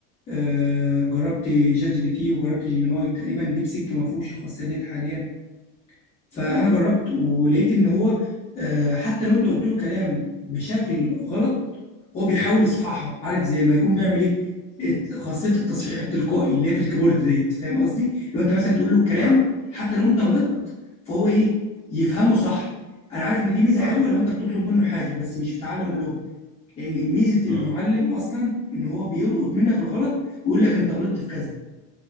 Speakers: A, on the left; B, in the centre.
A: آه جربت شات جي بي تي وجربت جيميناي تقريبا ديب سيك ما فيهوش الخاصية ديت حاليا فانا جربت ولقيت ان هو آه حتى لو انت قلت له كلام بشكل غلط هو بيحاول يصححها عارف زي ما يكون بيعمل ايه ات- خاصيه التصحيح التلقائي اللي هي في الكيبورد ديت فاهم قصدي لو انت مثلا تقول له الكلام
B: نعم
A: حتى لو انت غلطت
B: نعم
A: فهو ايه يفهمه صح انا عارف ان دي ميزه
B: نعم
A: حلوه لو انت بتطلب منه حاجه بس مش في تعلم اللغه لان ميزه
B: مم.
A: المعلم اصلا ان هو بيلقط منك الغلط ويقول لك انت غلطت في كذا